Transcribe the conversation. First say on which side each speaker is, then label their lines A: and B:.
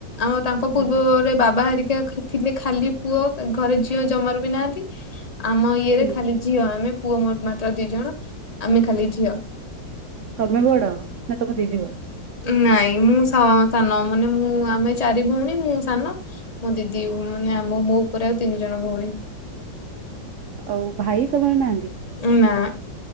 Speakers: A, on the left (about 25°); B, on the right (about 80°).
A: ଆମ ତାଙ୍କ
B: ହଁ
A: ପୂର୍ବରେ ବାବା ହେରିକା ଥିଲେ ଖାଲି ପୁଅ ଘରେ ଝିଅ ଜମାରୁ ବି ନାହାନ୍ତି। ଆମ ଇଏରେ
B: ହୁଁ।
A: ଖାଲି ଝିଅ ଆମେ ପୁଅ ମୋ ମାତ୍ର ଦି ଜଣ ଆମେ ଖାଲି ଝିଅ
B: ତମେ ବଡ଼ ନା ତମେ ତିନି ଭା
A: ନାଇଁ ମୁଁ ସମ ସାନ ମାନେ ମୁଁ ଆମେ ଚାରି ଭଉଣୀ ମୁଁ ସାନ ମୋ ଦିଦି ମାନେ ଆମ ମୋ ଉପରେ ଆଉ ତିନି ଜଣ ଭଉଣୀ
B: ଆଉ ଭାଇ ତମର ନାହାନ୍ତି?
A: ନା